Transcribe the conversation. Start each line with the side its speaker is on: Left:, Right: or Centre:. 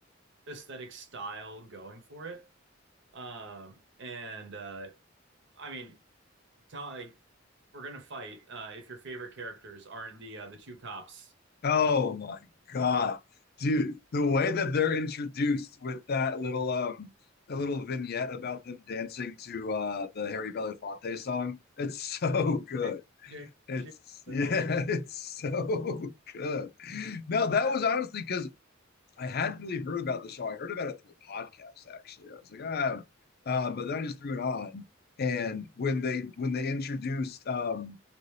Right: aesthetic style going for it. Um, and uh, I mean, tell like we're gonna fight uh, if your favorite characters aren't the uh, the two cops.
Left: Oh my God. Dude, the way that they're introduced with that little um the little vignette about them dancing to uh the Harry Belafonte song, it's <laughs> so good.
Right: Chick, chick,
Left: It's
Right: chick. So
Left: yeah,
Right: no.
Left: <laughs> it's so
Right: Oh
Left: good. No, that was honestly because I hadn't really heard about the show. I heard about it through a podcast, actually. I was like, ah, um, but then I just threw it on. And when they when they introduced, um,